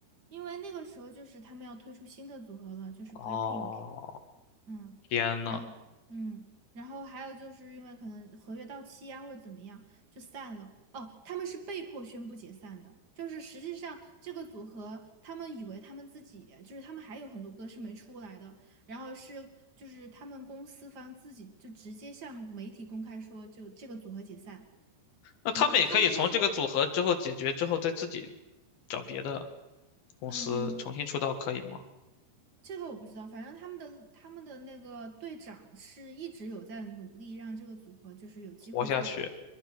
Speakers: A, on the right; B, on the left.
A: 因为那个时候就是他们要推出新的组合了，就是
B: 哦，
A: BLACKPINK，嗯，
B: 天呐，
A: 然后嗯，然后还有就是因为可能合约到期呀、或者怎么样就散了。哦，他们是被迫宣布解散的，就是实际上这个组合他们以为他们自己就是他们还有很多歌是没出来的，然后是就是他们公司方自己就直接向媒体公开说就这个组合解散，
B: 那他们也可以从这个组合之后解决之后，
A: 然后他们都是。
B: 再自己找别的公司重新出道，
A: 嗯，
B: 可以吗？
A: 这个我不知道，反正他们的他们的那个队长是一直有在努力让这个组合就是有机会在，
B: 活下去。